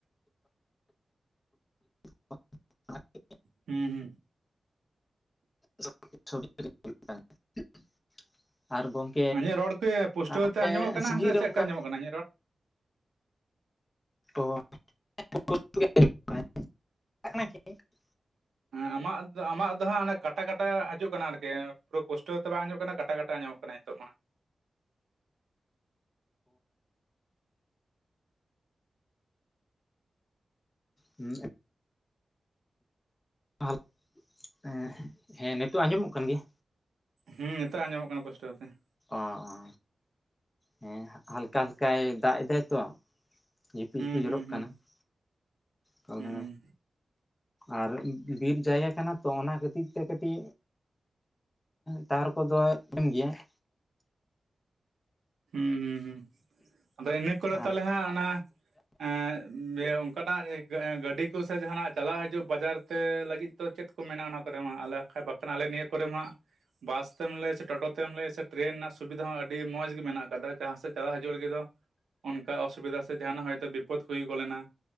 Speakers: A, on the left (about 30°); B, on the right (about 80°).
A: <unintelligible>
B: ᱦᱩᱸ ᱦᱩᱸ,
A: <unintelligible> ᱟᱨ ᱜᱚᱝ
B: ᱤᱧᱟᱹᱜ ᱨᱚᱲ ᱠᱚ ᱯᱩᱥᱴᱟᱹᱣ
A: ᱟᱞᱮ
B: ᱛᱮ ᱟᱸᱡᱚᱢᱚᱜ ᱠᱟᱱᱟ
A: ᱥᱤᱡᱤᱱ
B: ᱥᱮ
A: ᱨᱮ
B: ᱪᱮᱫ
A: ᱚᱱᱠᱟ
B: ᱞᱮᱠᱟ ᱟᱸᱡᱚᱢᱚᱜ ᱠᱟᱱᱟ ᱤᱧᱟᱹᱜ ᱨᱚᱲ
A: <unintelligible>
B: ᱦᱮᱸ ᱟᱢᱟᱜ ᱫᱚ ᱟᱢᱟᱜ ᱫᱚ ᱦᱟᱸᱜ ᱠᱟᱴᱟ ᱠᱟᱴᱟ <unintelligible> ᱦᱤᱡᱩᱜ ᱠᱟᱱᱟ ᱟᱨᱠᱤ ᱯᱩᱨᱟᱹ ᱯᱩᱥᱴᱟᱹᱣ ᱛᱚ ᱵᱟᱝ ᱦᱤᱡᱩᱜ ᱠᱟᱱᱟ ᱠᱟᱴᱟ ᱠᱟᱴᱟ ᱟᱸᱡᱚᱢᱚᱜ ᱠᱟᱱᱟ ᱱᱤᱛᱚᱜ ᱢᱟ ᱾
A: ᱦᱩᱸ <unintelligible> ᱦᱮᱸ ᱱᱤᱛᱚᱜ ᱟᱸᱡᱚᱢᱚᱜ ᱠᱟᱱ ᱜᱮᱭᱟ?
B: ᱦᱮᱸ ᱱᱤᱛᱚᱜ ᱟᱸᱡᱚᱢᱚᱜ ᱠᱟᱱᱟ ᱯᱩᱥᱴᱟᱹᱣ ᱛᱮ ᱾
A: ᱚ ᱚ ᱦᱮᱸ ᱦᱟᱞᱠᱟ ᱦᱟᱞᱠᱟᱭ ᱫᱟᱜ ᱮᱫᱟᱭ ᱛᱚ ᱾ ᱡᱷᱤᱯᱤ
B: ᱦᱩᱸ
A: ᱡᱷᱤᱯᱤ ᱡᱚᱨᱚᱜ
B: ᱦᱩᱸ
A: ᱠᱟᱱᱟ
B: ᱦᱩᱸ
A: ᱾ ᱛᱟᱦᱚᱞᱮ
B: ᱦᱩᱸ
A: ᱟᱨ ᱵᱤᱨ ᱡᱟᱭᱜᱟ ᱠᱟᱱᱟ ᱛᱚ ᱚᱱᱟ ᱠᱷᱟᱹᱛᱤᱨ ᱛᱮ ᱠᱟᱹᱴᱤᱡ ᱛᱟᱨ ᱠᱚᱫᱚ ᱮᱢ ᱜᱮᱭᱟ ᱾
B: ᱦᱩᱸ ᱦᱩᱸ ᱦᱩᱸ ᱟᱫᱚ ᱤᱱᱟᱹ ᱠᱚᱨᱮ
A: ᱟᱨ
B: ᱛᱟᱦᱚᱞᱮ ᱦᱟᱸᱜ ᱚᱱᱟ ᱮᱸᱜ ᱚᱱᱠᱟᱱᱟᱜ ᱜᱟᱹᱰᱤ ᱠᱚᱥ ᱡᱟᱦᱟᱱᱟᱜ ᱪᱟᱞᱟᱜ ᱦᱤᱡᱩᱜ ᱵᱟᱡᱟᱨ ᱛᱮ ᱞᱟᱹᱜᱤᱫ ᱪᱮᱫ ᱠᱚ ᱢᱮᱱᱟᱜ-ᱟ ᱚᱱᱟ ᱠᱚᱨᱮ ᱢᱟ ᱟᱞ ᱵᱟᱷᱟᱡ ᱵᱟᱝᱠᱷᱟᱱ ᱟᱞᱮ ᱱᱤᱭᱟᱹ ᱠᱚᱨᱮ ᱢᱟ ᱵᱟᱥ ᱛᱮᱢ ᱞᱟᱹᱭᱟ ᱥᱮ ᱴᱳᱴᱳ ᱛᱮᱢ ᱞᱟᱹᱭᱟ ᱥᱮ ᱴᱨᱮᱱ ᱨᱮᱱᱟᱜ ᱥᱩᱵᱤᱫᱷᱟ ᱦᱚᱸ ᱟᱹᱰᱤ ᱢᱚᱸᱡᱽ ᱜᱮ ᱢᱮᱱᱟᱜ ᱟᱠᱟᱫᱟ ᱡᱟᱦᱟᱸ ᱥᱮᱫ ᱪᱟᱞᱟᱜ ᱦᱤᱡᱩᱜ ᱞᱟᱹᱜᱤᱫ ᱫᱚ ᱚᱱᱠᱟ ᱚᱥᱩᱵᱤᱫᱟ ᱥᱮ ᱡᱟᱦᱟᱱᱟᱜ ᱦᱚᱭᱛᱚ ᱵᱤᱯᱚᱫ ᱦᱩᱭ ᱜᱚᱞ ᱮᱱᱟ